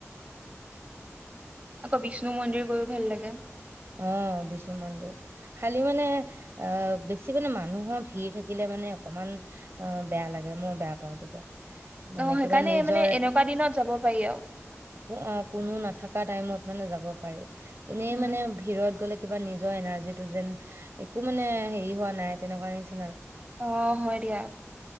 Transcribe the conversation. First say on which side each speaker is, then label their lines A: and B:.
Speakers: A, on the right; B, on the right.
A: আকৌ বিষ্ণু মন্দিৰ গৈও ভাল লাগে
B: অ বিষ্ণু মন্দিৰ খালি মানে আহ বেছি মানে মানুহৰ ভিৰ থাকিলে মানে অকমান অ বেয়া লাগে মই বেয়া পাওঁ তেতিয়া মানে
A: অ সেইকাৰণে
B: কিবা নিজৰ
A: মানে এনেকুৱা দিনত যাব পাৰি আৰু
B: অ কোনো নাথাকে কা টাইমত মানে যাব পাৰি এনেই
A: উম
B: মানে ত গলে কিবা নিজৰ এনাৰ্জিটো যেন একো মানে হেৰি হোৱা নাই তেনেকুৱা নি চিনা
A: অ হয় দিয়া